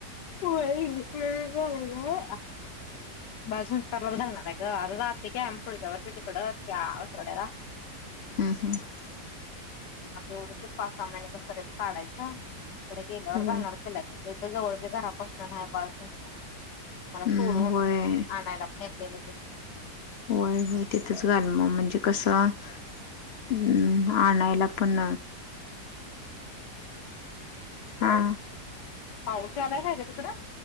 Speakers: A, on the left; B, on the left.
A: होय इंग्लिश मीडियम ला घालायचाय. बाजूनच करायला जालणार हाय ग आता जाते की आम्ही पुढच्या वर्षी तिकडं त्या <unintelligible>
B: <inaudible> हम्म
A: आता एवढं ते पाच सहा महिने कसं <unintelligible> काढायचं. माझकडे गेल्यावर
B: होय
A: घालणार <unintelligible> घरापासन बा
B: हम्म
A: मला सोडून,
B: होय
A: आणायला पण येतय लगेच.
B: होय होय तिथच घाल मग म्हणजे कसं हम् आणयला पण हा
A: पाऊस यालाय काय ग तिकड.